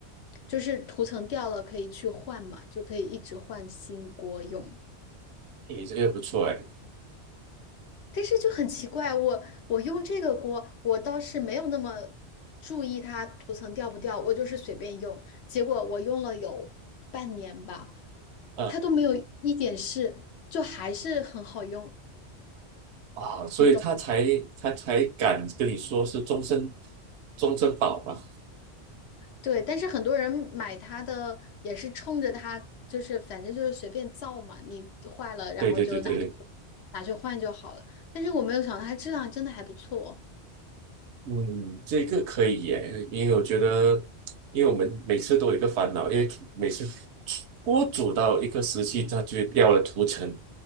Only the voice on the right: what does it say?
你这个不错哎，
嗯
啊，所以他才他才敢跟你说是终身
终身保嘛。
对对对对对。
嗯，这个可以耶，因为我觉得，因为我们每次都有一个烦恼，因为每次锅煮到一个时期，它就掉了涂层，